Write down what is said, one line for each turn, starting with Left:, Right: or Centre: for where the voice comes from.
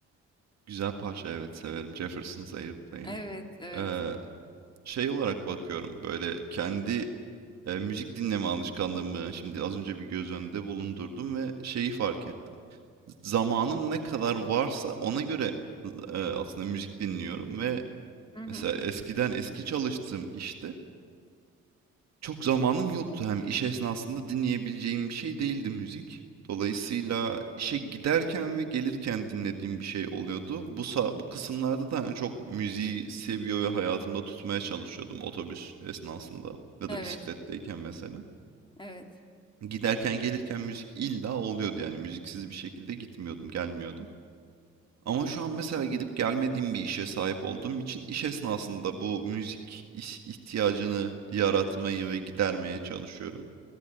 Right: Güzel parça evet severim. Jefferson's Airplane'i.
Left: Evet, evet.
Right: Eee, şey olarak bakıyorum böyle kendi Eee, müzik dinleme alışkanlığımı şimdi az önce bir göz önünde bulundurdum ve şeyi fark ettim. zamanım ne kadar varsa ona göre, eee, aslında müzik dinliyorum ve
Left: Hı hı.
Right: mesela eskiden eski çalıştığım işte çok zamanım yoktu. Hem iş esnasında dinleyebileceğim bir şey değildi müzik. Dolayısıyla işe giderken ve gelirken dinlediğim bir şey oluyordu. Bu sa bu kısımlarda da, hani, çok müziği seviyor ve hayatımda tutmaya çalışıyordum otobüs esnasında ya
Left: Evet,
Right: da bisikletteyken mesela.
Left: evet.
Right: Giderken gelirken müzik illa oluyordu yani müziksiz bir şekilde gitmiyordum, gelmiyordum. Ama şu an mesela gidip gelmediğim bir işe sahip olduğum için iş esnasında bu müzik iş- ihtiyacını yaratmayı ve gidermeye çalışıyorum.